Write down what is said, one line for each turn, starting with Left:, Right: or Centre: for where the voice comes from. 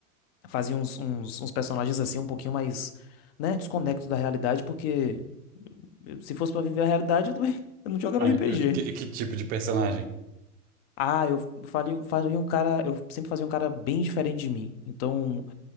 Left: Fazia uns, uns, uns personagens assim um pouquinho mais, né, desconectos da realidade, porque eu- se fosse pra viver a realidade, eu também <laughs> eu não jogava
Right: Ah,
Left: RPG.
Right: eu- que, que tipo de personagem?
Left: Ah, eu faria, faria um cara, eu sempre fazia um cara bem diferente de mim. Então,